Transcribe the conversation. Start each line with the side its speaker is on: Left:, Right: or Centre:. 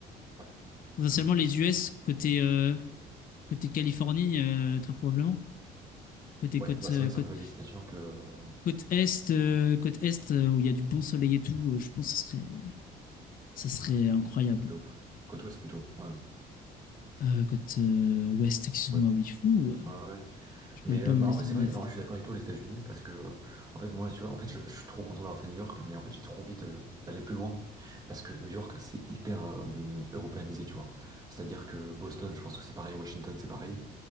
Right: Ouais,
Left: Potentiellement les US côté. euh, Côté Californie, euh, très probablement. Côté
Right: Ouais,
Left: côte,
Right: bah
Left: euh,
Right: c'est vrai que
Left: côte,
Right: c'est un peu la destination que, euh,
Left: côte est, euh, côte est euh, où il y a du bon soleil et tout, euh, je pense que ça serait, euh, ça serait incroyable.
Right: De ouf. Côte ouest plutôt, ouais.
Left: Euh, côte euh, ouest, excuse-moi,
Right: Ouest.
Left: oui. Fou, euh,
Right: Ouais, ouais.
Left: je connais
Right: Mais
Left: pas
Right: euh,
Left: mon
Right: bah,
Left: est
Right: en vrai,
Left: et
Right: c'est
Left: mon
Right: vrai,
Left: ouest.
Right: en vrai, je suis d'accord avec toi, les États-Unis, parce que, euh, en fait, moi, tu vois, en fait, je, je suis trop content d'avoir fait New York, mais en fait, j'ai trop envie de- d'aller plus loin, parce que New York, c'est hyper euh, européanisé, tu vois. C'est-à-dire que Boston, je pense que c'est pareil, Washington, c'est pareil.